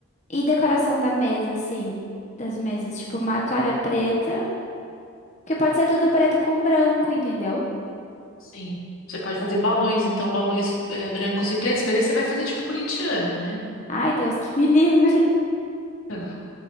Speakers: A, on the left (about 35°); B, on the left (about 90°).
A: E decoração da mesa, assim, das mesas. Tipo, uma toalha preta, que pode ser tudo preto com branco, entendeu?
B: Sim. Você pode fazer balões, então, balões eh, brancos e pretos, mas aí você vai fazer tipo corintiano, né?
A: Ai, Deus, que me <laughs> livre.
B: Então,